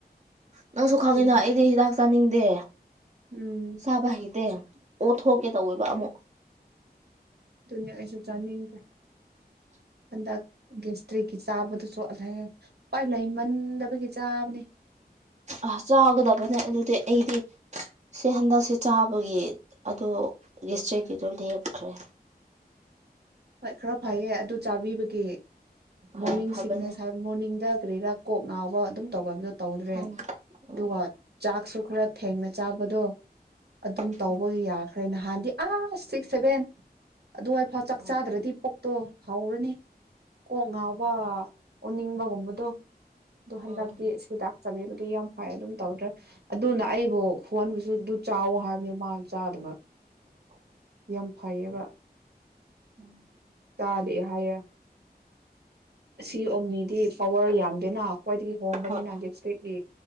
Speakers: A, on the right (about 45°); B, on the right (about 75°).
A: ꯅꯪꯁꯨ
B: ꯑꯗꯨꯅꯦ
A: ꯈꯪꯉꯤꯅ ꯑꯩꯗꯤ ꯍꯤꯗꯥꯛ ꯆꯥꯅꯤꯡꯗꯦ
B: ꯎꯝ
A: ꯆꯕ ꯍꯩꯇꯦ ꯑꯣ ꯊꯣꯛꯀꯦ ꯇꯧꯋꯦꯕ ꯑꯃꯨꯛ
B: ꯑꯗꯨꯅꯤ ꯑꯩꯁꯨ ꯆꯥꯅꯤꯡꯗꯦ ꯍꯟꯗꯛ ꯒꯦꯁꯇ꯭ꯔꯤꯒꯤ ꯆꯥꯕꯗꯁꯨ ꯁꯣꯛꯂꯦ ꯄꯋꯥꯏ ꯂꯩꯃꯟꯗꯕꯒꯤ ꯆꯥꯕꯅꯦ
A: ꯑ ꯆꯥꯒꯗꯕꯅꯦ ꯑꯗꯨꯗꯤ ꯑꯩꯗꯤ ꯁꯤ ꯍꯟꯗꯛꯁꯦ ꯆꯥꯕꯒꯤ ꯑ ꯂꯤꯁꯇ꯭ꯔꯤꯀꯤꯗꯣꯝꯗ ꯌꯦꯞꯈ꯭ꯔꯦ
B: ꯍꯣꯏ ꯈꯔ ꯐꯩꯌꯦ ꯑꯗꯨ ꯆꯥꯕꯤꯕꯒꯤ
A: ꯐꯔꯦ
B: ꯃꯣꯔꯅꯤꯡ
A: ꯐꯕꯅꯦ
B: ꯁꯤꯒꯅꯦꯁ ꯍꯥꯏ ꯃꯣꯔꯅꯤꯡ ꯗ ꯀꯔꯤꯔ ꯀꯣꯛ ꯉꯥꯎꯕ ꯑꯗꯨꯝ ꯇꯧꯕꯗꯣ ꯇꯧꯗ꯭ꯔꯦ
A: ꯈꯪꯉꯦ ꯎꯝ
B: ꯑꯗꯨꯒ ꯆ ꯈꯔ ꯊꯦꯡꯅ ꯆꯥꯕꯗꯣ ꯑꯗꯨꯝ
A: ꯎꯝ
B: ꯇꯧꯕ ꯌꯥꯈ꯭ꯔꯦ ꯅꯍꯥꯟꯗꯤ ꯑ ꯁꯤꯛꯁ ꯁꯦꯚꯦꯟ ꯑꯗꯨꯋꯥꯏꯐꯥꯎ ꯆꯥꯛ
A: ꯎꯝ
B: ꯆꯥꯗ꯭ꯔꯗꯤꯣꯛ
A: ꯎꯝ
B: ꯇꯣ ꯍꯧꯔꯅꯤ ꯀꯣꯛ ꯉꯥꯎꯕ ꯑꯣꯅꯤꯡꯕꯒꯨꯝꯕꯗꯣ ꯑꯗꯣ ꯍꯟꯗꯛꯇꯤ
A: ꯎꯝ
B: ꯍꯤꯗꯥꯛ ꯆꯥꯕꯤꯕꯒꯤ ꯌꯥꯝ ꯍꯣꯏ ꯑꯗꯨꯝ ꯇꯧꯗ꯭ꯔꯦ ꯑꯗꯨꯅ ꯑꯩꯕꯨ ꯍꯣꯟꯕꯁꯨ ꯑꯗꯨ ꯆꯥꯎꯋ ꯍꯥꯏꯕꯅꯦ ꯃꯥ ꯆꯥꯗꯕ
A: <unintelligible>
B: ꯆꯝꯐ ꯑꯣꯏ
A: ꯎꯝ
B: ꯊꯥꯗꯑꯦ ꯍꯥꯏꯌꯦ ꯁꯤ ꯑꯣꯅꯤꯗꯤ ꯄꯋꯥꯔ ꯌꯥꯝꯗꯦꯅ ꯈ꯭ꯋꯥꯏꯗꯒꯤ ꯍꯣꯡꯕꯅꯤꯅ
A: ꯍꯣꯏ
B: ꯒꯦꯠꯁꯠꯀꯤ